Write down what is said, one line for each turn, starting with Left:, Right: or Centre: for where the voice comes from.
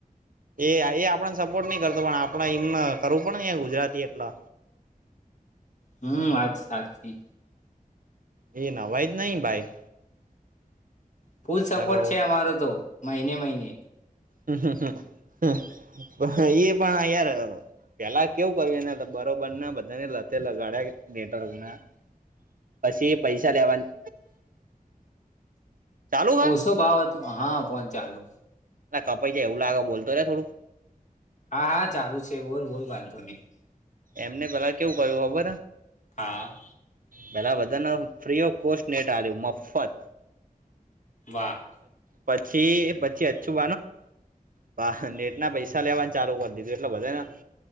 Right: એ એ આપડને સપોર્ટ નઈ કરતો પણ આપડે એમ કરવું પડ ગુજરાતી એટલે
Left: હમ વાત સાચી
Right: એ નવાય જ નહીિ ભાઈ
Left: ફૂલ સપોર્ટ
Right: હેલો
Left: છે અમારો તો મહિને મહિને
Right: હમ હમ હ એ પણ યાર પેલા કેવું કર્યું એના બરોબર ના બધાને લતે લગાડ્યા નેટવર્ક ના પછી એ પૈસા લેવાની ચાલુ કર
Left: ઓછો ભાવ હતો હા ફોન ચાલુ
Right: ના કપાઈ છે એવું લાગે બોતો ને થોડું
Left: હા હા ચાલુ છે બોલ બોલ વાંધો નહીિ
Right: એમને ભેલા કેવું કર્યું ખબર
Left: હા
Right: પેલા બધાને ફ્રી ઓફ કોસ્ટ નેટ આ્યું મફત
Left: વાહ
Right: પછી પછી અછું બાંધ ને ના પૈસા લેવા ચાલુ કર દીધ એટલે બધાને